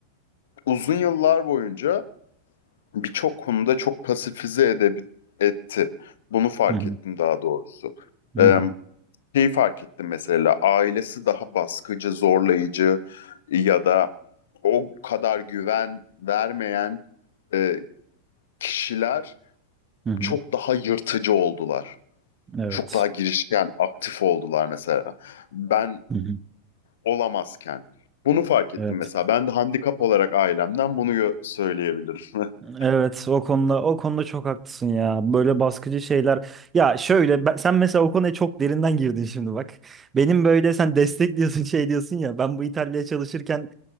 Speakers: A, on the left; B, on the right.
A: uzun yıllar boyunca birçok konuda çok pasifize edebi etti. Bunu fark
B: Hı hı.
A: ettim daha doğrusu.
B: Hı
A: Ee,
B: hı.
A: şeyi fark ettim mesela ailesi daha baskıcı, zorlayıcı ya da o kadar güven vermeyen e, kişiler
B: Hı hı.
A: çok daha yırtıcı oldular.
B: Evet.
A: Çok daha girişken, aktif oldular mesela. Ben
B: Hı hı.
A: olamazken. Bunu fark ettim
B: Evet.
A: mesela. Ben de handikap olarak ailemden bunu gö- söyleyebilirim. <laughs>
B: Evet o konuda o konuda çok haklısın ya. Böyle baskıcı şeyler. Ya şöyle ben- sen mesela o konuya çok derinden girdin şimdi bak. Benim böyle sen destek diyorsun <laughs> şey diyorsun ya. Ben bu İtalya'ya çalışırken